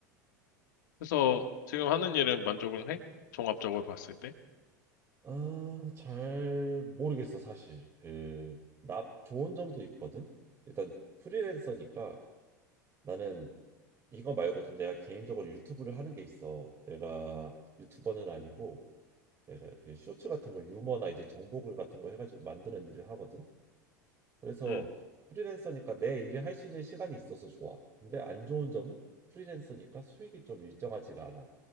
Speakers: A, on the left (about 75°); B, on the right (about 30°).
A: 그래서 지금 하는 일은 만족은 해? 종합적으로 봤을 때?
B: 아, 잘 모르겠어, 사실. 그, 나 좋은 점도 있거든. 일단 프리랜서니까 나는 이거 말고도 내가 개인적으로 유튜브를 하는 게 있어. 내가 유튜버는 아니고 내가 그 쇼츠 같은 거 유머나 이제 정보글 같은 거 해가지고 만드는 일을 하거든. 그래서
A: 음.
B: 프리랜서니까 내 일을 할 수 있는 시간이 있어서 좋아. 근데 안 좋은 점은 프리랜서니까 수익이 좀 일정하지가 않아.